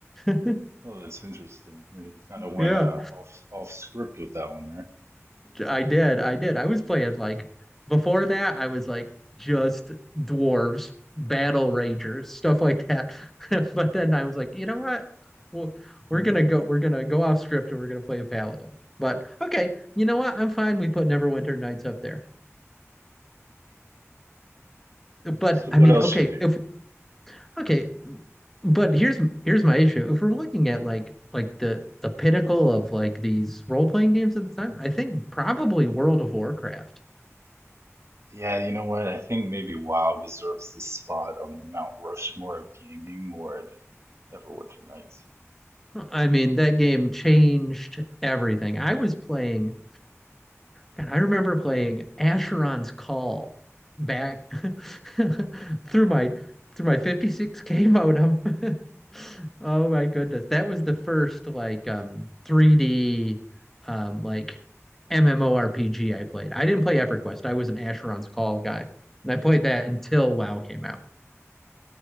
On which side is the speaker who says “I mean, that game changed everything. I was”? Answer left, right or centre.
Centre